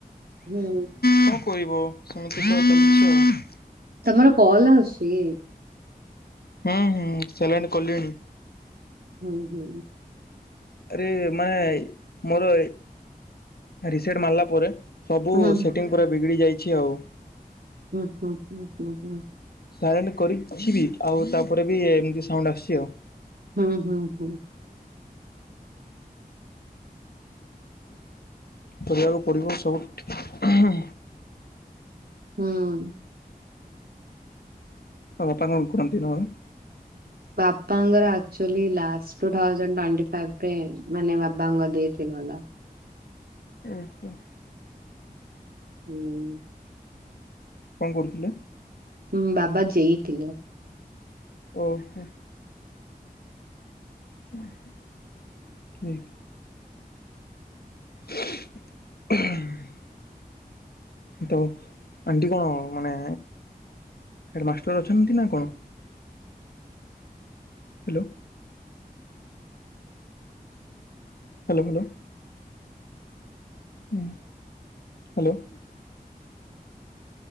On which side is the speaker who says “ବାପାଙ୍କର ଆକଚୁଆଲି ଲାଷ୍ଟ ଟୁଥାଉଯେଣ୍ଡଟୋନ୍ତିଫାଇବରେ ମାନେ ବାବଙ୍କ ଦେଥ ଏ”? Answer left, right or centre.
Right